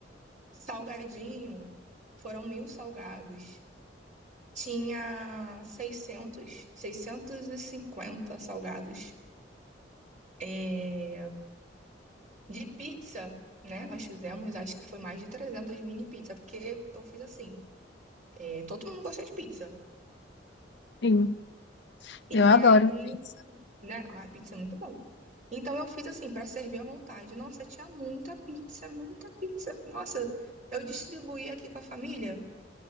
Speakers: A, on the right (about 45°); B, on the left (about 70°).
A: Salgadinho, foram mil salgados. Tinha seiscentos seiscentos e cinquenta salgados. É, De pizza, né? Nós fizemos, acho que foi mais de 300 mini pizza, porque eu fiz assim, é, todo mundo gosta de pizza.
B: sim.
A: E
B: Eu adoro.
A: aí
B: pizza.
A: né? Ai, pizza é muito bom. Então eu fiz assim, para servir à vontade. Nossa, tinha muita pizza, muita pizza. Nossa, eu distribuí aqui com a família